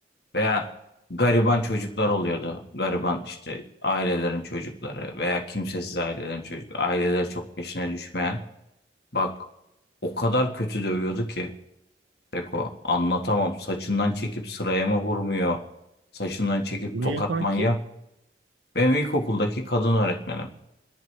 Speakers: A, on the left; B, on the right.
A: Veya gariban çocuklar oluyordu. Gariban işte ailelerin çocukları veya kimsesiz ailelerin çocukları. Aileler çok peşine düşmeyen. Bak o kadar kötü dövüyordu ki. Beko anlatamam. Saçından çekip sıraya mı vurmuyor? Saçından çekip
B: Bunu
A: tokat
B: yapan
A: manyağı.
B: kim?
A: Benim ilkokuldaki kadın öğretmenim.